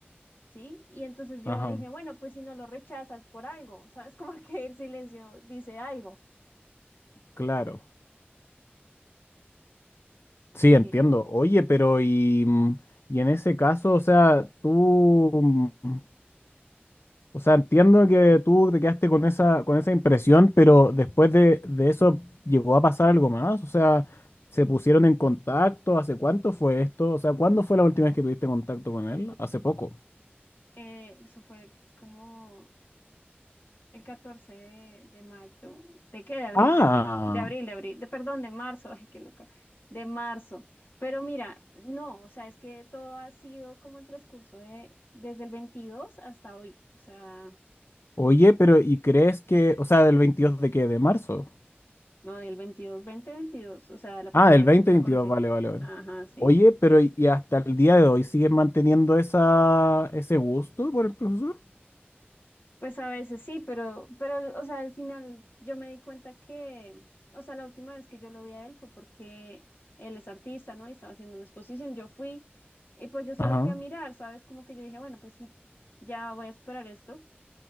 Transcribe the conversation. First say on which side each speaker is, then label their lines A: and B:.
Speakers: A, on the left; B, on the left.
A: ¿sí? Y entonces yo
B: Ajá,
A: dije, bueno, pues si no lo rechazas por algo, ¿sabes? <laughs> Como que el silencio dice algo,
B: claro. Sí,
A: sí.
B: entiendo. Oye, pero y, mm, y en ese caso, o sea, tú, mm, o sea, entiendo que tú te quedaste con esa, con esa impresión, pero después de, de eso llegó a pasar algo más. O sea, ¿se pusieron en contacto? ¿Hace cuánto fue esto? O sea, ¿cuándo fue la última vez que tuviste contacto con él? Hace poco.
A: Eh, eso fue como el 14 de, de mayo, ¿de qué? De abril,
B: Ah,
A: de abril, de abril, de abril, de, perdón, de marzo, <laughs> ay, qué loca, de marzo. Pero mira, no, o sea, es que todo ha sido como el transcurso de, desde el 22 hasta hoy, o sea,
B: Oye, pero ¿y crees que, o sea, del 22 de qué? ¿De marzo?
A: no, del veintidós veinte veintidós o sea, la primera
B: Ah, del
A: vez
B: 2022,
A: que yo lo conocí.
B: vale, vale, vale.
A: Ajá, sí.
B: Oye, pero ¿y y hasta el día de hoy sigues manteniendo esa, ese gusto por el profesor?
A: Pues a veces sí, pero, pero, o sea, al final yo me di cuenta que, o sea, la última vez que yo lo vi a él fue porque él es artista, ¿no? Y estaba haciendo una exposición. Yo fui, y pues yo solo
B: Ajá.
A: fui a mirar, ¿sabes? Como que yo dije, bueno, pues sí, ya voy a superar esto.